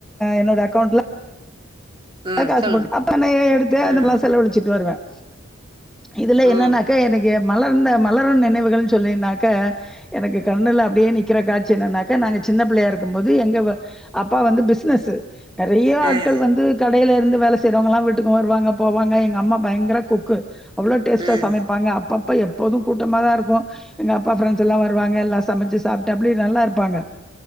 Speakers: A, in the centre; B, on the right.
A: என்னோட அக்கௌண்ட்ல
B: ம்
A: காசு
B: சொல்லுங்க
A: போட்டு அப்பண்ணைய எடுத்து
B: ம்
A: அந்தம செலவு அழிச்சிட்டு வருவேன் இதுல என்னன்னாக்கா
B: ம்
A: எனக்கு மலர்ந்த மலரும் நினைவுகள் சொல்லியிருந்தாக்க எனக்கு கண்ணுல அப்படியே நிக்கிற காட்சி என்னன்னாக்க நாங்க சின்ன பிள்ளையா இருக்கும்போது எங்க அப்பா வந்து பிசினஸ் நெறைய ஆட்கள்
B: ம்
A: வந்து கடையில இருந்து வேல செய்றவங்கல்லாம் வீட்டுக்கு வருவாங்க போவாங்க எங்க அம்மா பயங்கர குக்கு அவ்வளோ டேஸ்ட
B: ம்
A: சமைப்பாங்க அப் அப்பப்போ எப்போதும் கூட்டமா தான் இருக்கும் எங்க அப்பா பிரரெண்ட்ஸ் எல்லாம் வருவாங்க எல்லா சமைச்சு சாப்பிட்டு அப்படி நல்லா இருப்பாங்க